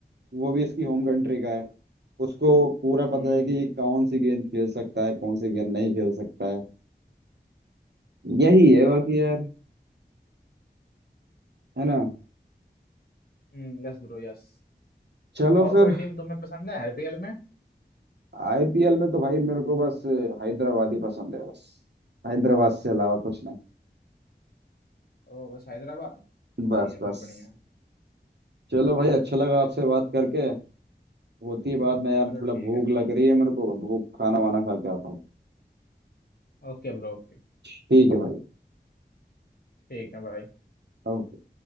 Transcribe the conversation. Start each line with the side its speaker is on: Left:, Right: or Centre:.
Right: वो भी इसकी होम कंट्री का है उसको पूरा
Left: हम्म
Right: पता है कि ये कौन सी गेंद खेल सकता है कौन सी गेंद नहीं खेल सकता है यही है बाकी यार है ना
Left: हम्म Yes bro yes
Right: चलो
Left: और
Right: फिर
Left: कोई टीम तुम्हें पसंद है आईपीएल में
Right: आईपीएल में तो भाई मेरे को बस हैदराबाद ही पसंद है बस हैदराबाद से अलावा कुछ नहीं
Left: ओ बस हैदराबाद
Right: बस
Left: ये अभी
Right: बस
Left: बढ़िया है
Right: चलो भाई अच्छा लगा आपसे बात करके होती है बात मैं यार
Left: चलो
Right: थोड़ा
Left: ठीक
Right: भूख
Left: है
Right: लग रही है मेरे को भूख खाना वाना खा के आता हूँ
Left: Okay bro okay
Right: ठीक है भाई
Left: ठीक है भाई
Right: अब